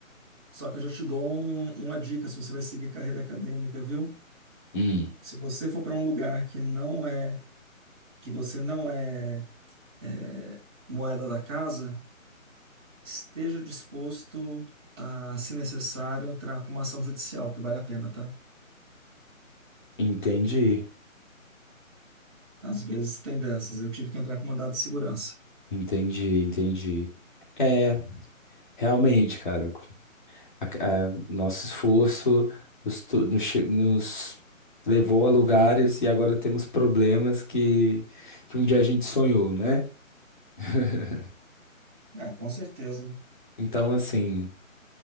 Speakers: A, on the right; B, on the left.
A: Só que eu já te dou um- uma dica se você vai seguir carreira acadêmica, viu?
B: Hum.
A: Se você for para um lugar que não é, que você não é é, moeda da casa, esteja disposto a, se necessário, entrar com uma ação judicial, porque vale a pena, tá?
B: Entendi,
A: Às vezes tem dessas. Eu tive que entrar com mandado de segurança.
B: entendi, entendi. É, realmente, cara. a- a- nosso esforço nos, to- nos che- nos levou a lugares e agora temos problemas que, que um dia a gente sonhou, né? <laughs>
A: É, com certeza.
B: Então, assim,